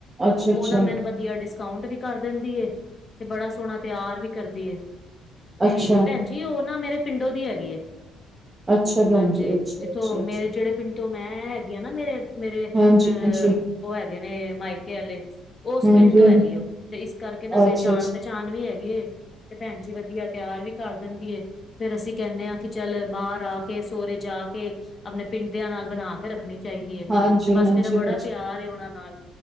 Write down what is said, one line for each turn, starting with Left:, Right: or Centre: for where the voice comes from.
Right: ਅੱਛਾ-ਅੱਛਾ,
Left: ਉਹ ਨਾ ਮੈਨੂੰ
Right: ਅੱਛਾ।
Left: ਬਸ ਵਧਿਆ ਡਿਸਕਾਊਂਟ ਵੀ ਕਰ ਦਿੰਦੀ, ਤੇ ਬੜਾ ਸੋਹਣਾ ਤਿਆਰ ਵੀ ਕਰਦੀ ਏ। ਤੇ
Right: ਅੱਛਾ
Left: ਭੈਣ ਜੀ ਉਹ ਨਾ ਮੇਰੇ ਪਿੰਡੋ ਦੀ ਹੈਗੀ ਏ।
Right: ਅੱਛਾ ਭੈਣ
Left: ਹਾਂਜੀ,
Right: ਜੀ, ਅੱਛਾ-ਅੱਛਾ,
Left: ਜਿੱਥੋਂ
Right: ਅੱਛਾ,
Left: ਮੇਰੇ ਜਿਹੜੇ ਪਿੰਡ ਤੋਂ ਮੈਂ ਹੈਗੀ ਹੈਨਾ ਮੇਰੇ ਮੇਰੇ ਅਹ
Right: ਹਾਂਜੀ-ਹਾਂਜੀ,
Left: ਉਹ ਹੈਗੇ ਨੇ ਮਾਇਕੇ ਵਾਲੇ ਉਸ
Right: ਹਾਂਜੀ-ਹਾਂਜੀ,
Left: ਪਿੰਡ ਤੋਂ ਹੈਗੀ ਹੈ ਉਹ ਤੇ ਇਸ ਕਰਕੇ ਨਾ ਫੇਰ
Right: ਅੱਛਾ-ਅੱਛਾ।
Left: ਜਾਣ ਪਹਿਚਾਣ ਵੀ ਹੈਗੀ, ਤੇ ਭੈਣ ਜੀ ਵਧੀਆ ਤਿਆਰ ਵੀ ਕਰ ਦਿੰਦੀ, ਫੇਰ ਅਸੀਂ ਕਹਿੰਦੇ ਹਾਂ ਕਿ ਚੱਲ ਬਾਹਰ ਆ ਕੇ, ਸੋਹਰੇ ਜਾ ਕੇ ਆਪਣੇ ਪਿੰਡ ਦਿਆਂ ਨਾਲ ਬਣਾ ਕੇ ਤੇ ਰੱਖਣੀ ਚਾਹੀਦੀ ਹੈ
Right: ਹਾਂਜੀ,
Left: ਤੇ ਬਸ
Right: ਹਾਂਜੀ,
Left: ਮੇਰਾ ਬੜਾ
Right: ਹਾਂਜੀ,
Left: ਪਿਆਰ ਉਹਨਾਂ ਨਾਲ